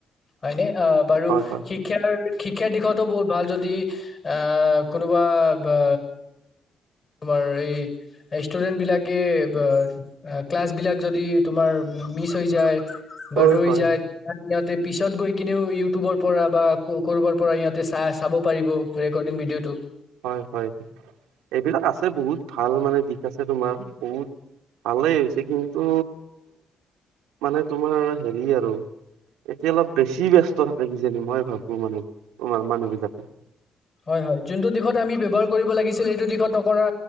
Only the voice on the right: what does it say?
হয় হয়
হয়
হয়
হয় হয় এইবিলাক আছে বহুত ভাল মানে ঠিক আছে তোমাৰ বহুত, ভালেই হৈছে কিন্তু মানে তোমাৰ হেৰি আৰু। এতিয়া অলপ বেছি ব্যস্ত থাকে কিজানি মই ভাবো মানে তোমাৰ মানুহবিলাকে